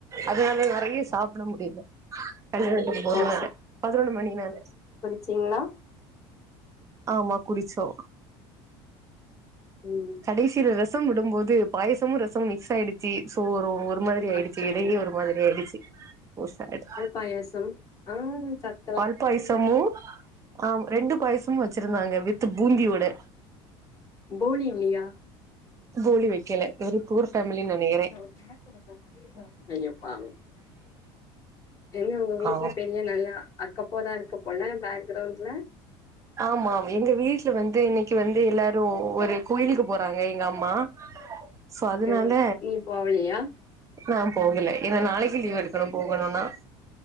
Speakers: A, on the right; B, on the left.
A: அதுனால நறையா சாப்ட முடிய்ல பன்னிரெண்டுக்கு போர
B: ஓ
A: வேல பதினொன்னு மணி நால
B: ச்சிங்ளா
A: ஆமா குடிச்சோ
B: ம்
A: கடைசில ரசம் விடும்போது பாயசமு ரசமு மிக்ஸ் ஆய்டி ச்சி சோறு ஒரு மாரி ஆய்டுச்சி
B: அச்சோ
A: எலையே ஒரு மாதிரி ஆய்டுச்சி ஓ சாட்
B: பயாசம் ஆ ச்சாட்
A: பால் பாய்சமு ஆம் ரெண்டு பாய்சமு வச்சிருந்தாங்க வித்து பூந்தியோடெ
B: போலி இல்லியா
A: போலி வெக்கலே ஒரு பூர் ஃபேமிலி நெனைகிறே
B: ஒ டா குடுக்கும் <inaudible> ஐயோ பாவம் கெல்வி உங்க வீட்ல
A: ஆ
B: பெரிய நல்லா அக்கப்போரா இருக்க போல பேக்கரவுண்ட்ல
A: ஆமாம் எங்க வீட்ல வந்து இன்னைக்கு வந்து எல்லாரு ஒரு குயிலுக்கு போறாங்க எங்க அம்மா சோ அதனால
B: ம் நீ போவலியா
A: நா போகல ஏனா நாளைக்கு லீவ் எடுக்கணு போகணும்னா